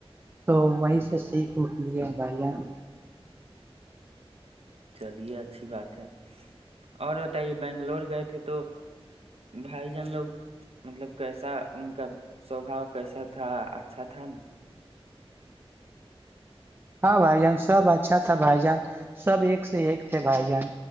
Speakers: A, on the right; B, on the right.
A: تو وہیں سے سیکھ اٹ لیے بھائی جان
B: چلیے اچھی بات ہے اور بتائیے بنگلور گئے تھے تو بھائی جان لوگ مطلب کیسا ان کا سوباؤ کیسا تھا اچھا تھا نا
A: ہاں بھائی جان سب اچھا تھا بھائی جان سب ایک سے ایک تھے بھائی جان